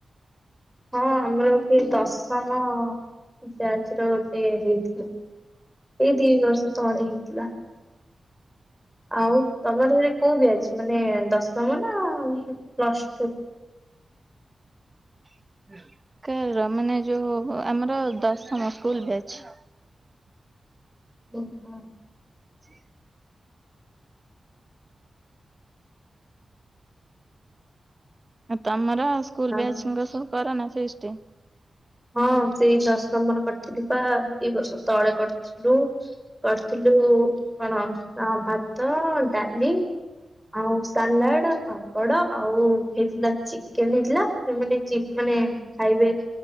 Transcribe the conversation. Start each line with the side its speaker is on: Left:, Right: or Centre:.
Centre: ହଁ ଆମର ଗୋଟେ ଦଶମ ବ୍ୟାଚ ର ଗୋଟେ ହେଇଥିଲା। ଏଇ ଦି ବର୍ଷ ତଳେ ହେଇଥିଲା। ଆଉ ତମ <unintelligible> କୋଉ ବ୍ୟାଚ୍ ମାନେ ଦଶମ ନା ପ୍ଲସ ଟୁ?
Right: ହ କାହାର ମାନେ ଯୋଉ ଆମର ଦଶମ ସ୍କୁଲ ବ୍ୟାଚ।
Centre: ଓହୋ।
Right: ସେ ଆ ତମର ସ୍କୁଲ
Centre: ହୋ।
Right: ବ୍ୟାଚଙ୍କ ସହ କରନା ଫିଷ୍ଟ?
Centre: ହଁ ସେଇ ଦଶମର କରିଥିଲୁ ପା ଦି ବର୍ଷ ତଳେ କରିଥିଲୁ। କରିଥିଲୁ କଣ ଆ ଭାତ, ଡାଲି। ଆଉ ସାଲାଡ, ପାମ୍ପଡ ଆଉ ହେଇଥିଲା ଚିକେନ ହେଇଥିଲା। ସେମାନେ ଚି ମାନେ ଖାଇବେ।